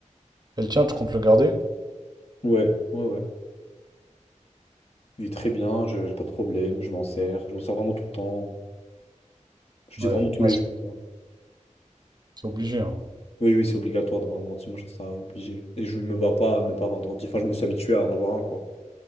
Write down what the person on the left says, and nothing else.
Ouais, ouais, ouais. Il est très bien, je j'ai pas de problème, je m'en sers, je m'en sers vraiment tout le temps. ouais. Je dis
vraiment tous
les
jours. quoi.
Oui, oui, c'est obligatoire d'avoir un ordi, moi je trouve ça obligé. Et je me vois pas ne pas avoir d'ordi. Enfin, je me suis habitué à en avoir un, quoi.